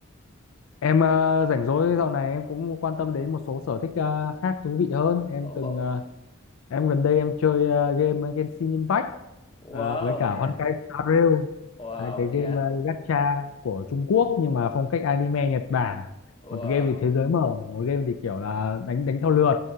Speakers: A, on the left; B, on the left.
A: Em ờ, rảnh rỗi dạo này em cũng quan tâm đến một số sở thích ờ, khác thú vị hơn. Em
B: Ồ,
A: từng ờ, em gần đây em chơi ờ, game Genshin Impact
B: Wow,
A: ờ, với cả
B: thế
A: Honkai
B: à?
A: Star Rail,
B: Wow,
A: hai cái game
B: thế à?
A: ờ, gacha của Trung Quốc nhưng mà phong cách anime Nhật Bản.
B: Wow,
A: Một game thì thế giới mở, một game thì kiểu là đánh đánh theo lượt.